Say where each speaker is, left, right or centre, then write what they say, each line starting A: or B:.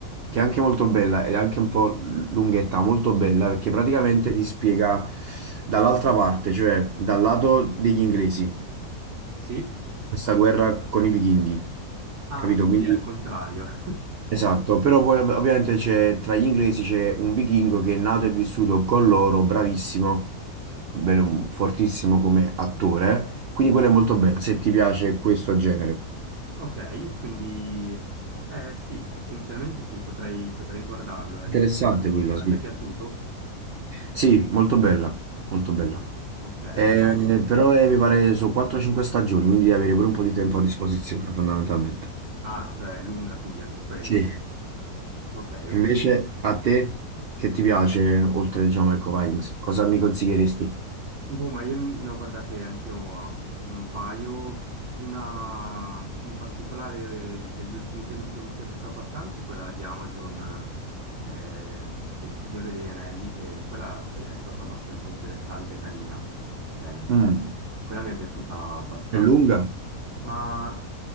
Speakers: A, on the right (about 75°); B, on the right (about 60°).
A: che è anche molto bella ed è anche un po' lunghetta, molto bella perché praticamente ti spiega dall'altra parte, cioè dal lato degli inglesi,
B: Sì.
A: questa guerra con i vichinghi,
B: Ah,
A: capito?
B: quindi
A: Quindi
B: è al contrario. <laughs>
A: esatto, però poi ov- ovviamente c'è tra gli inglesi c'è un vichingo che è nato e vissuto con loro, bravissimo, bene, un- fortissimo come attore, quindi quella è molto bella, se ti piace questo genere.
B: Ok, quindi eh sì, essenzialmente sì, potrei, potrei guardarlo. eh.
A: Interessante
B: A te,
A: quella,
B: pi- a
A: sì.
B: te è piaciuto?
A: Sì, molto bella, molto bella.
B: Ok, allora.
A: Eh, però eh, mi pare su 4-5 stagioni, quindi devi avere pure un po' di tempo a disposizione, fondamentalmente.
B: Ah, se è lunga quindi anche quella.
A: Sì.
B: Ok, ok,
A: Invece
B: allora sì.
A: a te, che ti piace, oltre, diciamo, ecco, Vikings, cosa mi consiglieresti?
B: Boh, ma io ne ho guardate anch'io a- un paio. Una in particolare eh, degli ultimi tempi che mi è piaciuta abbastanza è quella di Amazon eh, del Signore degli Anelli, che quella sì è stata abbastanza interessante e carina. Ehm,
A: Mm.
B: quella mi è piaciuta abbastanza.
A: È lunga?
B: Ma